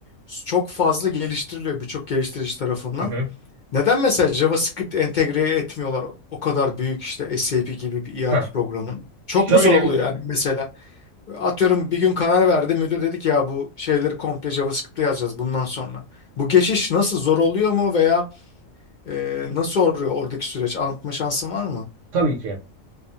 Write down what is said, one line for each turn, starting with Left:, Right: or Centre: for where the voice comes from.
Left: çok fazla geliştiriliyor birçok geliştirici tarafından.
Right: Hı hı.
Left: Neden mesela JavaScript entegre etmiyorlar o kadar büyük işte SAP gibi bir ERP
Right: Ha.
Left: programın? Çok
Right: Şöyle
Left: mu zor oluyor
Right: bir
Left: yani mesela? Atıyorum bir gün karar verdi. Müdür dedi ki ya bu şeyleri komple JavaScript'te yazacağız bundan sonra. Bu geçiş nasıl zor oluyor mu veya e, nasıl oluyor oradaki süreç? Anlatma şansın var mı?
Right: tabii ki.